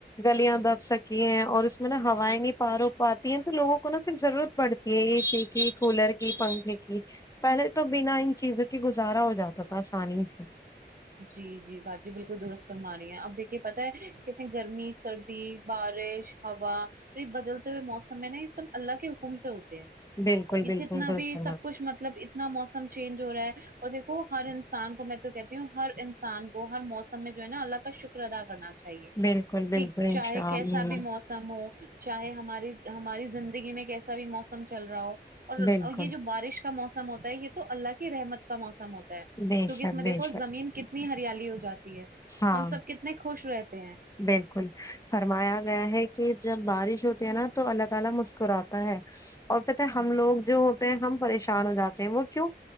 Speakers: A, on the left (about 20°); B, on the right (about 50°).
A: گلیاں دب سکی ہے اور اس میں نا ہوائیں نہیں پار ہو پاتی ہیں تو لوگوں کو نا پھر ضرورت پڑتی یہ ا سی کی کولر کی پنکھے کی پہلے تو بنا ان چیزوں کے گزارا ہو جاتا تھا آسانی سے
B: جی جی با جی بالکل درست فر ما رہی ہیں آ پ دیکھیے پتہ ہے کتنے گرمی سردی بارش ہوا بدلتے ہوئے موسم میں نا یہ سب اللہ کے حکم سے ہوتے ہیں
A: بالکل
B: یہ
A: بالکل
B: جتنا
A: درست
B: بھی
A: فرما
B: سب کچھ مطلب اتنا موسم چینج ہو رہا ہے اور دیکھو ہر انسان کو میں تو کہ ہر انسان کو ہر موسم میں جو ہے نا اللہ کا شکر ادا کرنا چاہیے
A: بالکل بالکل
B: کہ
A: انشاء
B: چاہے کیسا
A: اللہ
B: بھی مو سم ہو چاہے ہماری ہماری زندگی میں کیسا بھی موسم چل رہا ہو اور
A: بالکل
B: یہ جو بارش کا موسم ہوتا ہے یہ تو اللہ کی رحمت کا موسم ہوتا ہے
A: بے
B: کیونکہ
A: شک
B: اس میں
A: بے
B: دیکھ
A: شک
B: زین کتنی ہریالی ہو جاتی ہے
A: ہاں
B: ہم سب کتنے خوش رہتے ہیں
A: بالکل فرمایا گیا ہے کہ جب بارش ہوتی ہے نا تو اللہ تعالی مس کراتا ہے اور پتہ ہے
B: جی
A: ہم لوگ جو ہوتے ہیں ہم پریشان ہو جاتے ہیں وہ کیوں